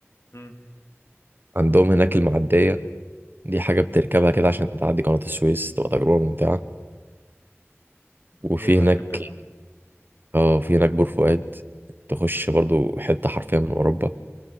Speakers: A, on the left; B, on the right.
A: امم
B: عندهم هناك المعدية دي حاجة بتركبها كده عشان تعدي قناة السويس تبقى تجربة ممتعة وفي
A: زي مركب
B: هناك
A: كده
B: اه في هناك بور فؤاد تخش برضه حتة حرفيا من أوروبا